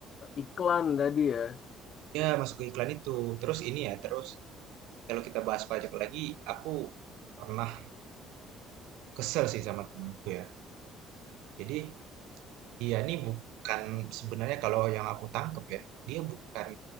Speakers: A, on the left (about 50°); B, on the right (about 85°).
A: iklan tadi ya. <laughs>
B: Ya, masuk ke iklan itu. Terus ini ya, terus kalau kita bahas pajak lagi, aku pernah kesel sih sama temanku ya. Jadi dia nih bukan sebenarnya kalau yang aku tangkep ya, dia bukan